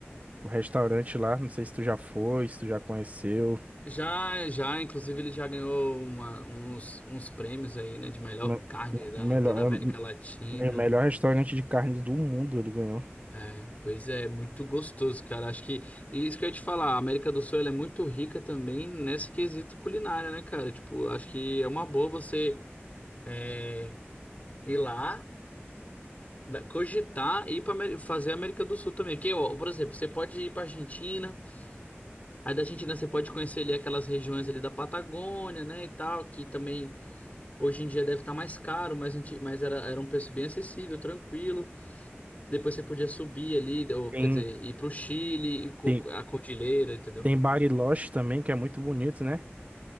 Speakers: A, on the right; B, on the left.
A: O restaurante lá, não sei se tu já foi, se tu já conheceu.
B: Já, já, inclusive ele já ganhou uma- uns, uns prêmios aí, né, de melhor
A: Me-
B: carne da,
A: Melhor,
B: da América Latina.
A: é o melhor restaurante de carnes do mundo, ele ganhou.
B: É, pois é, muito gostoso, cara. Acho que e isso que eu ia te falar, a América do Sul ela é muito rica também nesse quesito culinária, né, cara? Tipo, acho que é uma boa você é, ir lá, da- cogitar e ir para fazer a América do Sul também. Porque, ó, por exemplo, você pode ir para Argentina, aí da Argentina você pode conhecer ali aquelas regiões ali da Patagônia, né, e tal, que também Hoje em dia deve estar mais caro, mas, anti- mas era, era um preço bem acessível, tranquilo. Depois você podia subir ali, ou,
A: Tem,
B: quer dizer, ir para o Chile, ir co-
A: tem,
B: a cordilheira, entendeu?
A: tem Bariloche também, que é muito bonito, né?